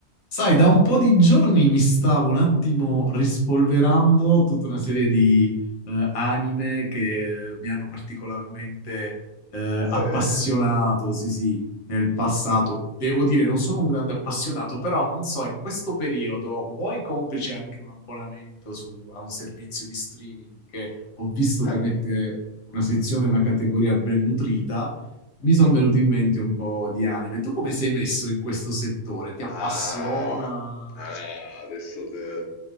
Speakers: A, on the left; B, on the left.
A: Sai, da un po' di giorni mi stavo un attimo rispolverando tutta una serie di eh, anime che eh, mi hanno particolarmente eh, appassionato,
B: Eh,
A: sì sì, nel passato.
B: eh,
A: Devo dire, non sono un grande appassionato, però non so, in questo periodo vuoi complice anche un abbonamento su- a un servizio di streaming che ho visto
B: ah,
A: che mette una sezione, una categoria ben nutrita mi sono
B: mm.
A: venuti in mente un po' di anime. Tu come sei messo in questo settore? Ti appassiona?
B: Ah, ah, adesso te-